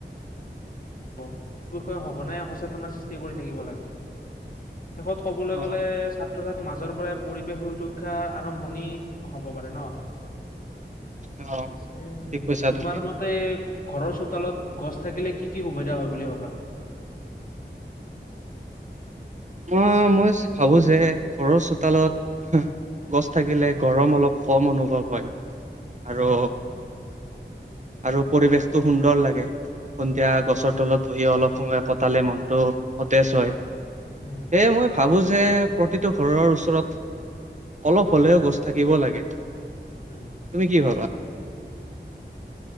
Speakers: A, on the left; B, on the right.
A: স বিষয়ে সঘনাই সচেতন সৃষ্টি কৰি থাকিব লাগে। শেষত ক'বলৈ
B: অ',
A: গ'লে ছাত্ৰ ছাত্ৰীৰ মাজৰ পৰাই পৰিৱেশ সুৰক্ষাৰ আৰম্ভণি হব পাৰে ন।
B: অ',
A: পিছে
B: ঠিক
A: উম
B: কৈছা
A: তোমাৰ
B: তুমি।
A: মতে ঘৰৰ চোতালত গছ থাকিলে কি কি সুবিধা হয় বুলি ভাবা
B: মই মই ভাবো যে ঘৰৰ চোতালত গছ থাকিলে গৰম অলপ কম অনুভৱ হয়। আৰু
A: উম,
B: আৰু পৰিৱেশটো সুন্দৰ লাগে। সন্ধিয়া গছৰ তলত বহি অলপ সময় কটালে মনটো সতেজ হয়।
A: উম,
B: এই মই ভাবো যে প্ৰতিটো ঘৰৰ ওচৰত অলপ হ'লেও গছ থাকিব লাগে। তুমি
A: উম,
B: কি ভাবা